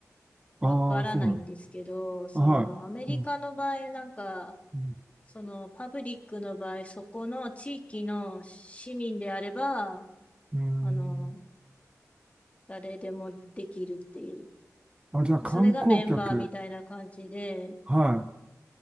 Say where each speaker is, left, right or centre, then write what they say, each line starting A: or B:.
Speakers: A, on the right; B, on the left.
A: ああー、
B: わからないんですけど、
A: そうなの。
B: そのアメリカの場合、
A: はい。うん。
B: なんか、
A: うん。
B: そのパブリックの場合、そこの地域の市民であれば、
A: うーん
B: あの、誰でもできるっていう。
A: あ、じゃあ観光客。
B: それがメンバーみたいな感じで、
A: はい。